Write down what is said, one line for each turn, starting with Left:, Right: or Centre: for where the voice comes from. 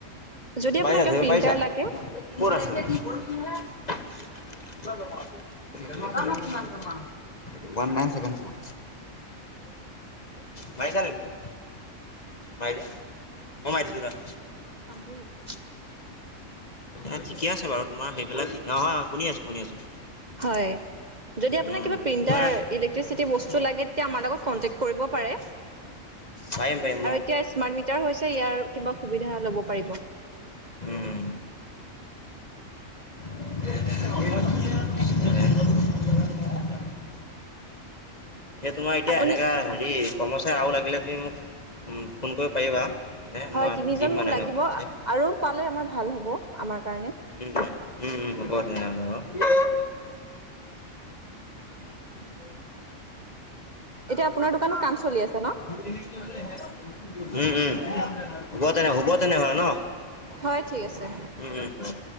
Right: যদি আপোনাক
Left: পাৰিছা
Right: কিবা
Left: ধৰিব
Right: প্ৰিন্টাৰ
Left: পাৰিছা
Right: লাগে
Left: ক'ত আছে <unintelligible> ওৱান নাইন ছেভেন ফ'ৰ
Right: ঠিকে টো
Left: মাৰিছা নেকি, মাৰি দিয়া, মই মাৰি দিছোঁ
Right: এই কাম কৰি আছে।
Left: অ' ঠিকে আছে বাৰু। তোমাৰ সেইবিলাক অ' হয়, শুনি আছোঁ, শুনি আছোঁ।
Right: হয়, যদি আপোনাৰ
Left: উম,
Right: কিবা প্ৰিন্টাৰ
Left: তোমাৰ
Right: ই ইলেক্ট্ৰিক চিটি বস্তু লাগে তেতিয়া আমাৰ লগত কণ্টেক্ট কৰিব পাৰে।
Left: পাৰিম পাৰিম মো
Right: তিয়া স্মাৰ্ট মিটাৰ হৈছে ইয়াৰ কিবা সুবিধা ল'ব পাৰিব।
Left: উম। <unintelligible> এই তোমাৰ এতিয়া
Right: আপুনি
Left: এনেকুৱা হেৰি কৰ্মচাৰী আৰু লাগিলে তুমি মোক ফোন কৰিব পাৰিবা। মানে
Right: হয়
Left: মই
Right: তিনিজন
Left: দিম
Right: মোক
Left: মানে এনেকুৱা
Right: লাগিব
Left: কৰ্মচাৰী
Right: আৰু পালে আমাৰ ভাল হ'ব আমাৰ কাৰণে
Left: উ উম উম উম হ'ব তেনেহলে বাও। <unintelligible> <unintelligible>
Right: এতিয়া আপোনাৰ দোকানত কাম চলি আছে ন?
Left: <unintelligible> উম উম <unintelligible> হ'ব তেনে হ'ব তেনে হয় ন
Right: হয় ঠিক আছে।
Left: উ উ